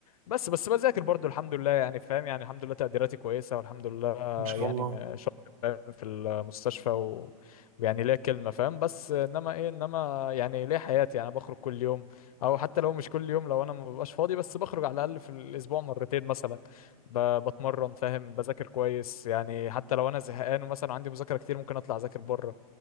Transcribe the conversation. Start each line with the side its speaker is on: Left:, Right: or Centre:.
Left: بس بس بذاكر برضو الحمد لله يعني فاهم يعني الحمد لله تقديراتي كويسه والحمد لله
Right: ما شاء
Left: يعني
Right: الله
Left: م- شاطر فاهم في المستشفى و... ويعني ليا كلمه فاهم بس انما ايه انما يعني ليا حياتي انا بخرج كل يوم او حتى لو مش كل يوم لو انا ما ببقاش فاضي بس بخرج على الاقل في الاسبوع مرتين مثلا ب- بتمرن فاهم بذاكر كويس يعني حتى لو انا زهقان ومثلا عندي مذاكره كتير ممكن اطلع اذاكر بره